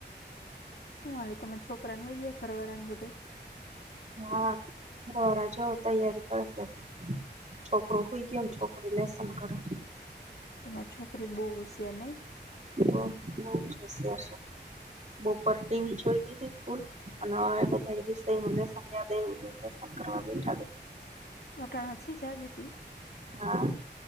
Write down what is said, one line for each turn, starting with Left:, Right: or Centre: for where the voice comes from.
Left: હું હાલે તમારા છોકરાનુ સુઈ ગયા ઘરવાળા ને બધાય?
Right: હા, ઘરવાળા જોવ તૈયારી કરશે. છોકરો સુઈ ગયો, ને છોકરી લેસન કરે.
Left: તમારી છોકરી બવ હોશિયાર નય?
Right: હા બહુ હોશિયાર છે, બોપોરે ટીવી જોઈ લીધી ફુલ. અને હવે બધા વિષય નું લેસન યાદ આવ્યું તો લેસન કરવા બેઠા બેન.
Left: <inaudible>
Right: હા